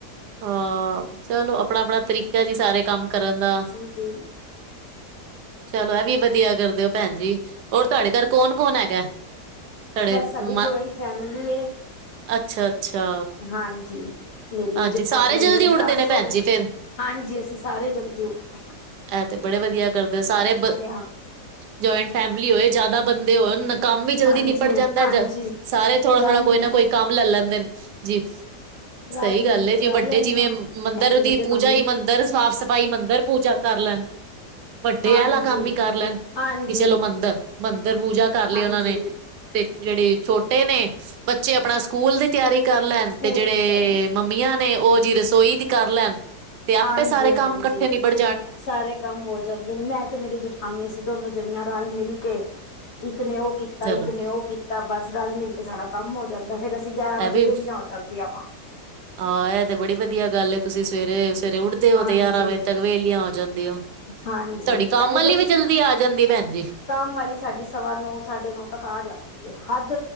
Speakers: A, on the right; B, on the left.
A: ਹਾਂ ਚਲੋ ਆਪਣਾ ਆਪਣਾ ਤਰੀਕਾ ਜੀ ਸਾਰੇ ਕੰਮ ਕਰਨ ਦਾ
B: ਜੀ
A: ਚਲੋ ਇਹ ਵੀ ਵਧੀਆ ਕਰਦੇ ਓ ਭੈਣ ਜੀ ਹੋਰ ਤੁਹਾਡੇ ਘਰ ਕੌਣ ਕੌਣ ਹੈਗਾ ਤੁਹਾਡੇ
B: ਬਸ ਸਾਡੀ
A: ਮ
B: ਜੁਆਇੰਟ ਫੈਮਲੀ ਏ
A: ਅੱਛਾ ਅੱਛਾ
B: ਹਾਂਜੀ ਮੇਰੀ
A: ਹਾਂਜੀ
B: ਜਠਾਨੀ
A: ਸਾਰੇ ਜਲਦੀ
B: ਹੈ
A: ਉੱਠਦੇ
B: ਸਸ
A: ਭੈਣ
B: ਸੋਰੇ
A: ਜੀ
B: ਨੇ
A: ਫਿਰ
B: ਹਾਂਜੀ ਅਸੀਂ ਸਾਰੇ ਜਲਦੀ ਉੱਠਨੇ ਆ।
A: ਇਹ ਤੇ ਬੜੇ ਵਧੀਆ ਕਰਦੇ ਸਾਰੇ,
B: ਹਾਂ
A: ਜੁਆਇੰਟ ਫੈਮਲੀ ਹੋਏ ਜਿਆਦਾ ਬੰਦੇ ਹੋਨ ਕੰਮ ਵੀ ਜਲਦੀ
B: ਹਾਂਜੀ
A: ਨਿਪਟ ਜਾਂਦਾ,
B: ਹਾਂਜੀ
A: ਸਾਰੇ ਥੋੜਾ-
B: ਰਲ
A: ਥੋੜਾ
B: ਮਿਲ
A: ਕੋਈ ਨਾ
B: ਕੇ
A: ਕੋਈ ਕੰਮ ਲੈ ਲੈਂਦੇ ਨੇ ਜੀ ਸਹੀ
B: ਰਲ ਮਿਲ
A: ਗੱਲ ਏ
B: ਕੇ
A: ਜਿਵੇ
B: ਕਰ
A: ਵੱਡੇ
B: ਲੈਂਨੇ
A: ਜਿਵੇਂ
B: ਆ
A: ਮੰਦਿਰ
B: ਮੈਂ ਤੇ
A: ਦੀ
B: ਮੇਰੀ ਜੇਠਾਣੀ
A: ਪੂਜਾ ਹੀ ਮੰਦਿਰ ਸਾਫ਼ ਸਫ਼ਾਈ ਬਾਈ ਮੰਦਰਿ ਪੂਜਾ ਕਰ ਲੈਣ ਵੱਡੇ
B: ਹਾਂਜੀ
A: ਆ ਵਾਲਾ ਕੰਮ ਹੀ ਕਰ ਲੈਣ
B: ਹਾਂਜੀ
A: ਕਿ ਚਲੋ ਮੰਦਰ ਮੰਦਿਰ ਪੂਜਾ ਕਰ ਲਈ
B: ਹਾਂਜੀ
A: ਉਹਨਾਂ ਨੇ ਤੇ ਜਿਹੜੇ ਛੋਟੇ ਨੇ ਬੱਚੇ ਆਪਣਾ ਸਕੂਲ ਦੀ ਤਿਆਰੀ ਕਰ ਲੈਣ
B: ਸਕੂਲ
A: ਤੇ ਜਿਹੜੇ
B: ਦੀ ਤਿਆਰੀ
A: ਮੰਮੀਆਂ ਨੇ ਉਹ ਜੀ ਰਸੋਈ ਦੀ ਕਰ ਲੈਣ ਤੇ ਆਪੇ
B: ਹਾਂਜੀ
A: ਸਾਰੇ ਕੰਮ
B: ਹਾਂਜੀ
A: ਇਕੱਠੇ ਨੀ ਬੜ
B: ਸਾਰੇ ਕੰਮ ਹੋ ਜਾਂਦੇ ਨੇ ਮੈਂ ਤੇ ਮੇਰੀ ਜਠਾਨੀ ਅਸੀ ਦੋਨੋ ਜਣੀਆਂ ਰਲ ਮਿਲ ਕੇ, ਇੱਕ ਨੇ ਉਹ ਕੀਤਾ
A: ਚਲੋ
B: ਤਾਂ ਇੱਕ ਨੇ ਉਹ ਕੀਤਾ ਬਸ ਰਲ ਮਿਲ ਕੇ ਸਾਡਾ ਕੰਮ ਹੋ ਜਾਂਦਾ ਫੇਰ ਅਸੀਂ ਗਿਆਰਾਂ ਵਜੇ
A: ਇਹ ਵੀ
B: ਵਹਲੀਆਂ ਹੋ ਜਾਂਦੀਆਂ ਵਾ
A: ਆਹ ਇਹ ਤੇ ਬੜੀ ਵਧੀਆ ਗੱਲ ਤੁਸੀਂ ਸਵੇਰੇ- ਸਵੇਰੇ ਉੱਠਦੇ ਹੋ
B: ਹਾਂਜੀ
A: ਤੇ ਗਿਆਰਾਂ ਵਜੇ ਤੇ ਵੇਹਲੀਆ ਹੋ ਜਾਂਦੀ ਹੋ।
B: ਹਾਂਜੀ
A: ਤੁਹਾਡੀ ਕੰਮ
B: ਪਹਿਲੇ
A: ਵਾਲੀ
B: ਤਾਂ ਅਸੀਂ
A: ਵੀ ਜਲਦੀ ਆ ਜਾਂਦੀ ਆ ਭੈਣ ਜੀ
B: ਕੰਮ ਵਾਲੀ ਸਾਡੀ ਸਵਾ ਨੌ ਸਾਢੇ ਨੌ ਤੱਕ ਆ ਜਾਂਦੀ ਹੈ ਹੱਦ